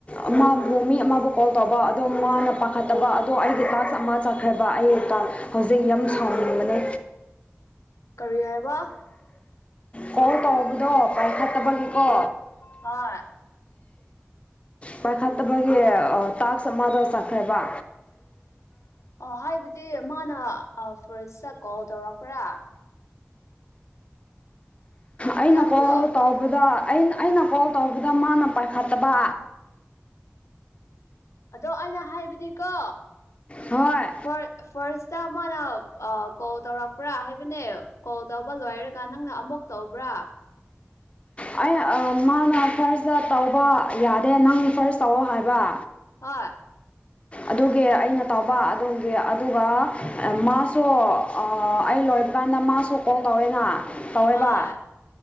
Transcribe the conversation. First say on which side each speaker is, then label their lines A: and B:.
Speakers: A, on the left (about 25°); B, on the left (about 85°).
A: ꯑꯃꯕꯨ ꯃꯤ ꯑꯃꯕꯨ ꯀꯣꯜ ꯇꯧꯕ ꯑꯗꯣ ꯃꯥꯅ ꯄꯥꯈꯠꯇꯕ ꯑꯗꯣ ꯑꯩꯒꯤ ꯇꯥꯛꯁ ꯑꯃ ꯆꯠ ꯈ꯭ꯔꯕ ꯑꯩ ꯇꯥꯛꯁ ꯍꯧꯖꯤꯛ ꯌꯥꯝ ꯁꯥꯎꯅꯤꯡꯕꯅꯦ
B: ꯀꯔꯤ ꯍꯥꯏꯕ
A: ꯀꯣꯜ ꯇꯧꯕꯗꯣ ꯄꯥꯏꯈꯠꯇꯕꯒꯤꯀꯣ
B: ꯍꫭꯏ
A: ꯄꯥꯏꯈꯠꯇꯕꯒꯤ ꯇꯥꯛꯁ ꯑꯃꯗ ꯆꯠꯈ꯭ꯔꯦꯕ
B: ꯑꯣ ꯍꯥꯏꯕꯗꯤ ꯃꯥꯅ ꯑꯐꯔꯁ꯭ ꯆꯇ ꯀꯣꯜ ꯇꯧꯔꯛꯄ꯭ꯔꯥ
A: ꯑꯩꯅ
B: ꯇꯥꯕ꯭ꯔꯣ
A: ꯀꯣꯜ ꯇꯧꯕꯗ ꯑꯩꯅ ꯑꯩꯅ ꯀꯣꯜ ꯇꯧꯕꯗ ꯃꯥꯅ ꯄꯥꯏꯈꯠꯇꯕ
B: ꯑꯗꯣ ꯑꯩꯅ ꯍꯥꯏꯕꯗꯤꯀꯣ
A: ꯍꯣꯏ
B: ꯐꫭꯏ ꯐꯔꯁ꯭ꯇ ꯃꯥ ꯑꯥ ꯀꯣꯜ ꯇꯧꯔꯛꯄ꯭ꯔꯥ ꯍꯥꯏꯕꯅꯦ ꯀꯣꯜ ꯇꯧꯕ ꯂꯣꯏꯔꯒ ꯅꯪꯅ ꯑꯃꯨꯛ ꯇꯧꯕ꯭ꯔꯥ
A: ꯑꯩꯅ ꯑ ꯃꯥꯅ ꯐꯔꯁ꯭ꯇ ꯇꯧꯕ ꯌꯥꯗꯦ ꯅꯪ ꯐꯔꯁ꯭ ꯇꯧꯑꯣ ꯍꯥꯏꯕꯔꯥ
B: ꯍꫭꯏ
A: ꯑꯗꯨꯒꯤ ꯑꯩꯅ ꯇꯧꯕ ꯑꯗꯨꯒꯤ ꯑꯗꯨꯒ ꯃꯥꯁꯨ ꯑꯩ ꯂꯣꯏ ꯀꯥꯟꯗ ꯃꯥꯁꯨ ꯀꯣꯜ ꯇꯧꯋꯦꯅ ꯇꯧꯋꯦꯕ
B: ꯍꯣꯏ